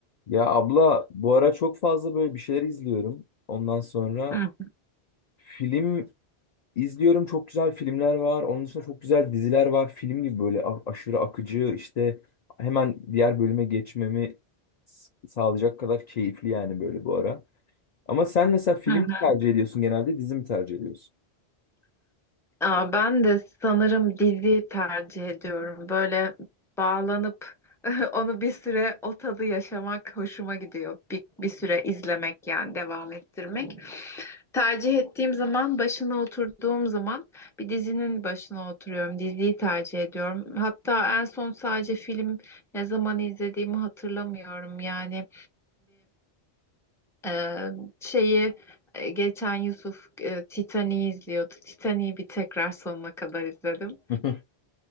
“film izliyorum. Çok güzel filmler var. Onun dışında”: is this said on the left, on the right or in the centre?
Left